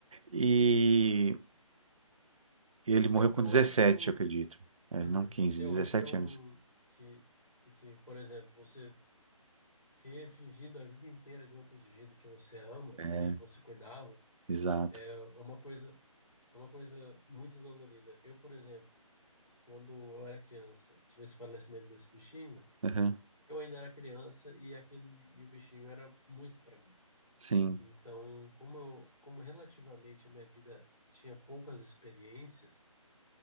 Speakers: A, on the right (about 65°); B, on the left (about 85°).
A: E ele morreu
B: Eu,
A: com
B: eu
A: dezessete
B: acho que é um.
A: eu acredito. É,
B: Uhum.
A: não quinze
B: Eu
A: dezessete
B: acho que é um.
A: anos.
B: Que, que, por exemplo, você ter vivido a vida inteira de um outro indivíduo que você ama
A: É,
B: e que você cuidava,
A: exato.
B: é é uma coisa É uma coisa muito dolorida. Eu, por exemplo, quando eu era criança e tive esse falecimento desse bichinho,
A: Aham.
B: eu ainda era criança e aquele e o bichinho era muito para mim.
A: Sim,
B: Então, como eu, como relativamente a minha vida tinha poucas experiências,